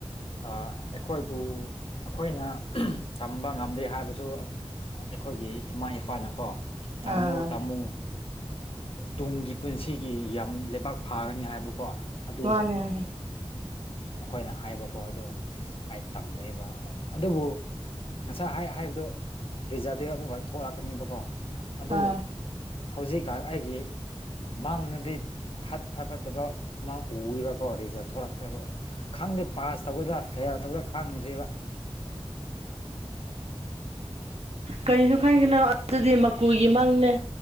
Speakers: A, on the left (about 60°); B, on the right (about 75°).
A: ꯑꯩꯈꯣꯏꯕꯨ ꯑꯩꯈꯣꯏꯅ ꯇꯝꯕ ꯉꯝꯗꯦ ꯍꯥꯏꯕꯁꯨ ꯑꯩꯈꯣꯏꯒꯤ ꯏꯃꯥ ꯏꯄꯥꯅꯀꯣ ꯇꯥꯝꯃꯣ
B: ꯑꯥ
A: ꯇꯥꯝꯃꯣ ꯇꯨꯡꯒꯤ ꯄꯨꯟꯁꯤꯒꯤ ꯌꯥꯝ ꯂꯩꯕꯥꯛ ꯐꯥꯒꯅꯤ ꯍꯥꯏꯕꯀꯣ ꯑꯗꯨ
B: ꯃꯥꯟꯅꯦ ꯃꯥꯅꯦ
A: ꯃꯈꯣꯏꯅ ꯍꯥꯏꯕꯀꯣ ꯑꯗꯣ ꯑꯩ ꯇꯝꯃꯦꯕ ꯑꯗꯨꯕꯨ ꯉꯁꯥꯏ ꯍꯥꯏ ꯍꯥꯏꯕꯗꯣ ꯔꯤꯖꯥꯔꯗꯤ ꯑꯃꯨꯛꯀ ꯊꯣꯛꯂꯛꯀꯅꯤꯕꯀꯣ ꯑꯗꯨ
B: ꯑꯥ
A: ꯍꯧꯖꯤꯛꯀꯥꯟ ꯑꯩꯒꯤ ꯃꯥꯡꯉꯗꯤ ꯐꯠ ꯐꯠ ꯐꯠꯇꯕ ꯃꯥꯡ ꯎꯏꯕꯀꯣ ꯔꯤꯖꯥꯔ ꯊꯂꯛꯇꯕ ꯈꯪꯗꯦ ꯄꯥꯁ ꯇꯧꯒꯗ꯭ꯔꯥ ꯐꯦꯜ ꯇꯧꯗ꯭ꯔꯥ ꯈꯪꯗ꯭ꯔꯤꯕ
B: ꯀꯔꯤꯁꯨ ꯈꯟꯒꯅꯣ
A: ꯑꯗꯨ
B: ꯑꯗꯨꯗꯤ ꯃꯀꯨꯒꯤ ꯃꯪꯅꯦ